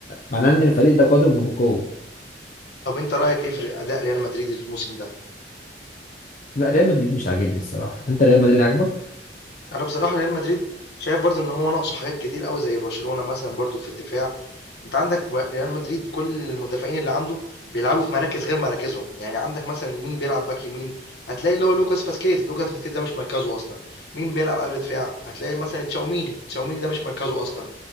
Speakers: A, on the left; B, on the left.
A: معناه ان الفريق ده قادم وبقوه
B: طب انت رأيك ايه في اداء ريال مدريد الموسم ده
A: لا ريال مدريد مش عاجبني الصراحه انت ريال مدريد عاجبك
B: انا بصراحه ريال مدريد شايف برضو ان هو ناقصه حاجات كتير قوي زي برشلونه مثلا برضو في الدفاع انت عندك ب- ريال مدريد كل المدافعين اللي عنده بيلعبوا في مراكز غير مراكزهم يعني عندك مثلا مين بيلعب باك يمين هتلاقي اللي هو لوكاس فاسكيز لوكاس فاسكيز ده مش مركزه اصلا مين بيلعب قلب دفاع هتلاقي مثلا تشاوميني تشاوميني ده مش مركزه اصلا